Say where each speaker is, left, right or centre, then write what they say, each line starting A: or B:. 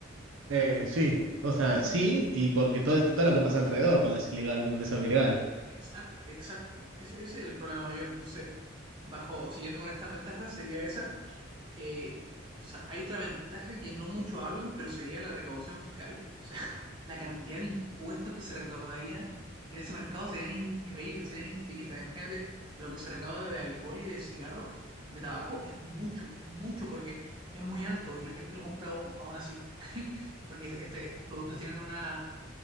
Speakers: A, on the right; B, on the right.
A: Eh, sí, o sea, sí, y porque todo, es- todo lo que pasa alrededor cuando es ilegal, cuando es algo ilegal.
B: Exacto, exacto. Ese, ese es el problema mayor. Entonces, bajo, siguiendo con estas ventajas, sería esa. Eh, o sea, hay otra ventaja que no mucho hablan, pero sería la recaudación fiscal. O sea, <laughs> la cantidad de impuestos que se recaudarían en ese mercado serían increíbles, serían infinitas. Imagínate lo que se recauda de alcohol y de cigarro, de tabaco, es mucho, es mucho porque es muy alto y la gente lo compra aún, aún así. <laughs> Porque este- estos productos tienen una